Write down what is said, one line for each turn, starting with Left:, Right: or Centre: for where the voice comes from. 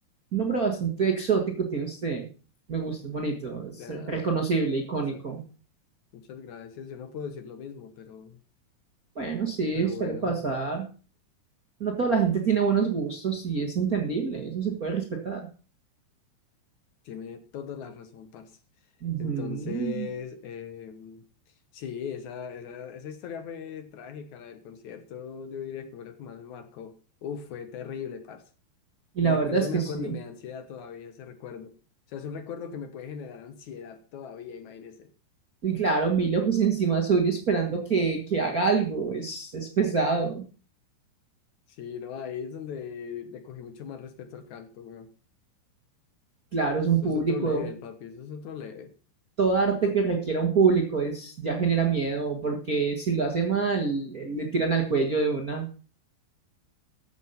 Right: Un nombre bastante exótico tiene usted. Me gusta, es bonito, es
Left: Ya,
Right: reconocible, icónico.
Left: muchas, muchas gracias. Yo no puedo decir lo mismo, pero,
Right: Bueno, sí,
Left: pero
Right: suele
Left: bueno,
Right: pasar. No toda la gente tiene buenos gustos y es entendible, eso se puede respetar.
Left: tiene toda la razón, parce.
Right: Ujú.
Left: Entonces, em, sí, esa, esa, esa historia fue trágica, la del concierto, yo diría que fue lo que más me marcó. Uf, fue terrible, parce.
Right: Y
Left: Y
Right: la verdad
Left: incluso
Right: es
Left: me
Right: que
Left: acuerdo
Right: sí.
Left: y me da ansiedad todavía ese recuerdo. O sea, es un recuerdo que me puede generar ansiedad todavía, imagínese.
Right: Y claro, mil ojos encima suyo esperando que, que haga algo, es, es pesado.
Left: Sí, no, ahí es donde le cogí mucho más respeto al canto, weón.
Right: Claro,
Left: Eso
Right: es un público
Left: es otro level, papi, eso es otro level.
Right: todo arte que requiera un público es ya genera miedo, porque si lo hace mal, eh, le tiran al cuello de una.